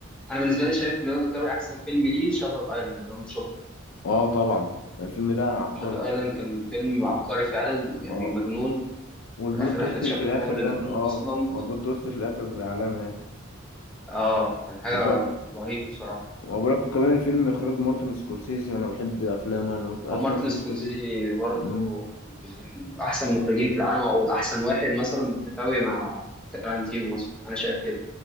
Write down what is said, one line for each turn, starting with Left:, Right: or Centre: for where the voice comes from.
Centre: انا بالنسبه لي شايف ليوناردو دي كابري احسن فيلم ليه شاتر ايلاند لو انت شفته
Left: اه طبعا الفيلم ده انا عبقري
Centre: شاتر ايلاند كان فيلم عبقري فعلا يعني
Left: اه
Centre: مجنون
Left: والبلوت
Centre: في الاخر
Left: تويست
Centre: احنا اكتشفنا
Left: اللي في الاخر
Centre: ان هو اللي
Left: ده
Centre: مجنون
Left: اه
Centre: اصلا
Left: هو البلوت تويست في الاخر عالمي
Centre: اه كان حاجه
Left: يعني
Centre: رهيبه بصراحه
Left: وبركو كمان الفيلم اخراج مارتن سكورسيزي وانا بحب افلامه انا مارت- عارف
Centre: او مارتن
Left: مارتن
Centre: سكورسيزي
Left: سكورسيزي
Centre: برضه
Left: مم.
Centre: يعني احسن مخرجين في العالم او احسن واحد مثلا بالتساوي مع تارانتينو مثلا انا شايف كده